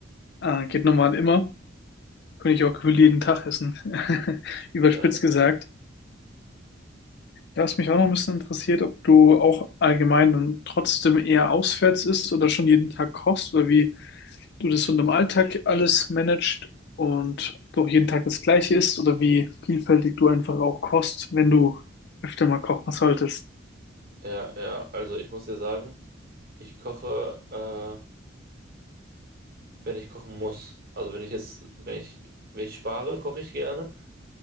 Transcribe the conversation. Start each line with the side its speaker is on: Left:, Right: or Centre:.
Left: Äh, geht normal immer. Könnte ich auch gefühlt jeden Tag essen. <laughs> Überspitzt
Right: Ja, das war.
Left: gesagt. Ja, was mich auch noch ein bisschen interessiert, ob du auch allgemein dann trotzdem eher auswärts isst oder schon jeden Tag kochst oder wie du das so in deinem Alltag alles managst und ob du auch jeden Tag das Gleiche isst oder wie vielfältig du einfach auch kochst, wenn du öfter mal kochen solltest.
Right: Ja, ja, also ich muss dir sagen, ich koche, äh, wenn ich kochen muss. Also wenn ich jetzt, wenn ich, wenn ich spare, koche ich gerne.